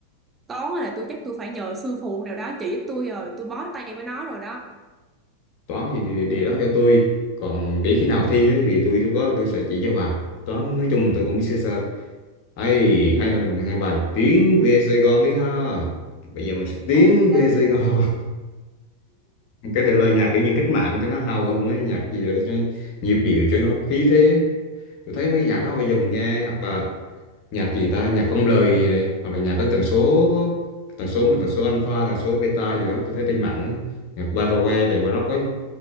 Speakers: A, on the right (about 20°); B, on the left (about 40°).
A: toán là tôi chắc tôi phải nhờ sư phụ nào đó chỉ tôi rồi tôi bó tay với nó rồi đó
B: Toán thì để, để đó cho tôi. Còn để khi nào thi đấy thì tôi lúc đó tôi sẽ chỉ cho bà. Toán nói chung là tôi cũng
A: Ừ.
B: biết sơ sơ. ấy
A: ừ.
B: hay là mình nghe bài tiến về Sài Gòn đi ha bây giờ mình sẽ tiến
A: ok
B: về Sài Gòn <laughs> cái thể lời nhạc kiểu như cách mạng cho nó hào hùng ấy nhạc gì đó cho nhịp điệu cho nó khí thế tôi thấy mấy nhạc đó bây giờ mình nghe hoặc là nhạc gì ta nhạc không lời này, hoặc là nhạc có tần số tần số mình tần số alpha tần số beta gì đó tôi thấy trên mạng ấy. nhạc baroque này baroque ấy